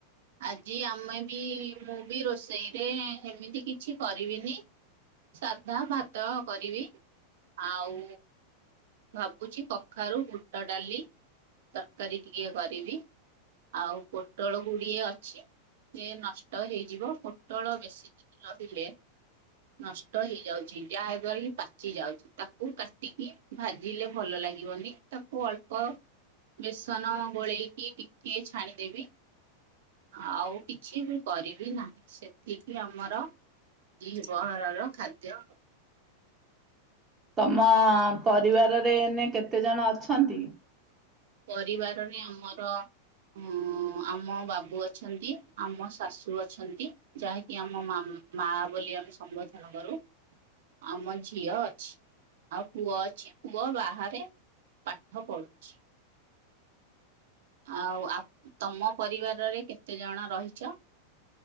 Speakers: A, on the right; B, on the right.
A: ଆଜି ଆମେ ବି ମୁଁ ବି ରୋଷେଇରେ ଏମିତି କିଛି କରିବିନି। ସାଧା ଭାତ କରିବି। ଆଉ ଭାବୁଛି କଖାରୁ ବୁଟ ଡାଲି ତରକାରୀ ଟିକେ କରିବି ଆଉ ପୋଟଳ ଗୁଡିଏ ଅ ଛି ସେ ନଷ୍ଟ ହେଇଯିବ ପୋଟଳ ବେଶୀ ଦିନ ରହିଲେ ନଷ୍ଟ ହେଇଯାଉଛି। ଯାହା ଦ୍ଵାରା କି ପାଚି ଯାଉଛି ତାକୁ କାଟିକି ଭାଜିଲେ ଭଲ ଲା ଲାଗିବନି ତାକୁ ଅଳ୍ପ ବେସନ ଗୋଳେଇକି ଟିକେ ଛାଣିଦେବି। ଆଉ କିଛି ବି କରିବି ନାହିଁ ସେତିକି ଆମର। ଦ୍ଵି ପ୍ରହରର ଖାଦ୍ୟ ଆଉ।
B: ତମ ପରିବାରରେ ଏଇନେ କେତେ ଜଣ ଅଛନ୍ତି?
A: ପରିବାରରେ ଆମର ହୁଁ ଆମ ବାବୁ ଅଛନ୍ତି ଆମ ଶାଶୁ ଅଛନ୍ତି ଯାହାକି ଆମ ମାମା। ମା ବୋଲି ଆମେ ସମ୍ଭୋଧନ କରୁ। ଆମ ଝିଅ ଅଛି ଆଉ ପୁଅ ଅଛି ପୁଅ ବାହାରେ ପାଠ ପଢ଼ୁଛି। ଆଉ ଆପ୍ ତମ ପରିବାରରେ କେତେ ଜଣ ରହିଛ?